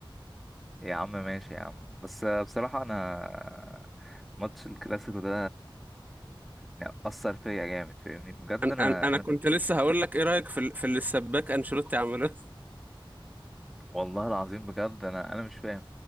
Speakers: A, in the centre; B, on the right.
A: يا عم ماشي يا عم بس بصراحة أنا ماتش الكلاسيكو ده يعني أثر فيا جامد فاهمني بجد أنا
B: انا انا أنا
A: أنا
B: كنت لسه هقول لك ايه رايك في ال- في اللي السباك انشيلوتي عمله
A: والله العظيم بجد أنا أنا مش فاهم